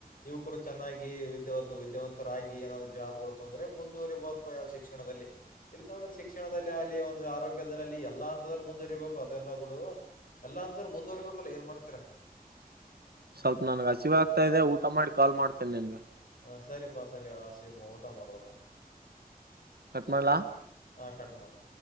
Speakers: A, on the left; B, on the right.
A: ಯುವಕರು ಚೆನ್ನಾಗಿ ವಿದ್ಯಾವ ವಿದ್ಯಾವಂತರಾಗಿ ಏನಾದರು ಜಾಬ್ಗಳುತ ಅಂದ್ರೆ ಮುಂದುವರಿಬಲ್ಪ ಯಾವ ಶಿಕ್ಷಣದಲ್ಲಿ ಏಲ್ಲಾಂದ್ರೆ ಶಿಕ್ಷಣದಲ್ಲಿ ಆಗ್ಲಿ ಒಂದು ಆರೋಗ್ಯದಲ್ಲಿಲ್ಲಿ ಎಲ್ಲಾ ಹಂತದಲ್ಲಿ ಮುಂದಿರಿಬೇಕು ಅದೆಲ್ಲ ಬಿಡು ಎಲ್ಲಾ ಅಂತಾರೆ ಮುಂದುವರಿಬೇಕಲ್ಲ ಏನ್ ಮಾಡ್ತೀರಾ
B: ಸ್ವಲ್ಪ ನನ್ಗ್ ಹಸಿವ ಆಗ್ತಾ ಇದೆ ಊಟ ಮಾಡಿ ಕಾಲ್ ಮಾಡ್ತೇನೆ ನಿನ್ಗ
A: ಹಾ ಸರಿಪಾ ಸರಿ ಆಸಮ್ಮ ಊಟ ಮಾಡ ಊಟ
B: ಕಟ್ ಮಾಡ್ಲಾ?
A: ಹಾ ಕಟ್ ಮಾಡು